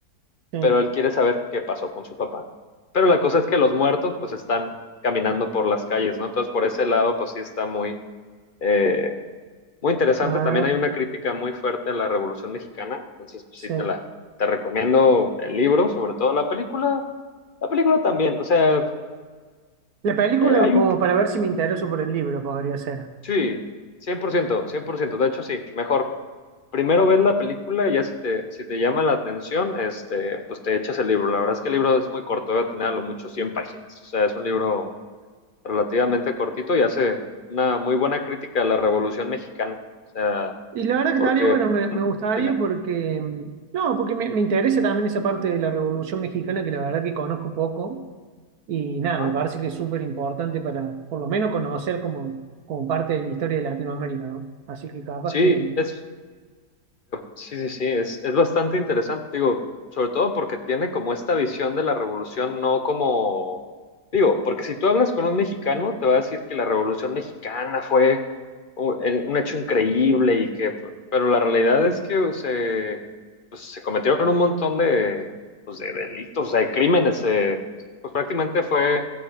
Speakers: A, on the right (about 65°); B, on the left (about 45°).
A: sí.
B: Pero él quiere saber qué pasó con su papá. Pero la cosa es que los muertos pues están caminando por las calles, ¿no? Entonces por ese lado pues sí está muy, eh, muy interesante.
A: Ah,
B: También hay una crítica muy fuerte a la Revolución Mexicana, entonces pues,
A: sí.
B: sí te la te recomiendo el libro, sobre todo la película. La película también, o sea,
A: La película
B: eh, hay
A: como
B: un
A: para ver si me intereso por el libro podría ser.
B: sí, cien por ciento cien por ciento, de hecho sí, mejor primero ver la película y ya si te si te llama la atención, este, pues te echas el libro. La verdad es que el libro es muy corto, debe tener a lo mucho 100 páginas. O sea, es un libro relativamente cortito y hace una muy buena crítica a la Revolución Mexicana. O sea,
A: Y la verdad que
B: porque
A: estaría bueno, me, me
B: ¿eh?
A: gustaría
B: dime,
A: porque... mm, No, porque me, me interesa también esa parte de la Revolución Mexicana que la verdad que conozco poco. Y nada,
B: ¿ah?
A: me parece que es súper importante para por lo menos conocer como, como parte de la historia de Latinoamérica, ¿no? Así que capaz
B: Sí,
A: que...
B: es, sí, sí, sí, es, es bastante interesante, digo, sobre todo porque tiene como esta visión de la revolución, no como, digo, porque si tú hablas con un mexicano, te va a decir que la revolución mexicana fue u- el- un, hecho increíble y que, pero la realidad es que se, pues, se cometieron un montón de, pues, de delitos, o sea, de crímenes, eh, pues prácticamente fue